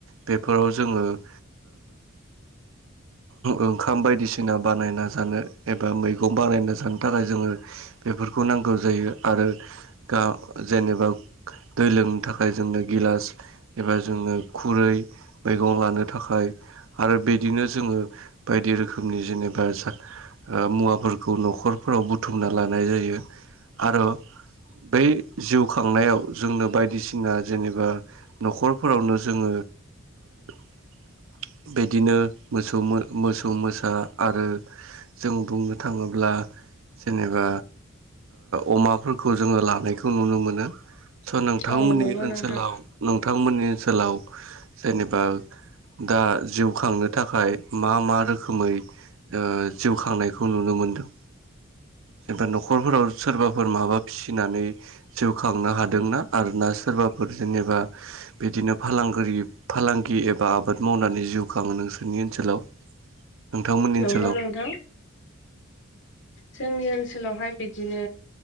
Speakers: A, on the right (about 70°); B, on the left (about 60°).
A: बेफोराव जोङो <inaudible> ओंखाम बायदिसिना बानायना जानो एबा मैगं बानायना जानो थाखाय जोङो बेफोर फोरखौ नांगौ जायो आरो। ग जेनेबा दै लोंनो थाखाय जोंनो गिलास एबा जोंनो खुरै मैगं लानो थाखाय आरो बिदिनो जोङो बायदि रोखोमनि जेनेबा जा मुवाफोरखौ न'खरफोराव बुथुमना लानाय जायो आरो। बै जिउ फ खांनायाव जोंनो बायदिसिना जेनेबा न'खरफोरावनो जोङो <inaudible> बिदिनो मोसौ मोसौ मोसा आरो जों बुंनो थाङोब्ला जेनेबा अमाफोरखौ जोङो लानायखौ नुनो मोनो। सो नोंथांमोननि
B: औ नंगौ
A: ओनसोलाव
B: नोंथां
A: नोंथांमोननि ओनसोलाव जेनेबा दा जिउ खांनो थाखाय मा मा रोखोमै जिउ खांनायखौ नुनो मोनदों? जेनेबा न'खरफोराव सोरबाफोर माबा फिसिनानै जिउ खांनो हादोंना आरो ना सोरबा सोरबाफोर जेनेबा बिदिनो फालांगि फालांगि एबा आबाद मावनानै जिउ खाङो नोंसोर ओनसोलाव नोंथांमोननि
B: नंगौ
A: ओनसोलाव
B: नोंथां जोंनि ओनसोलावहाय बिदिनो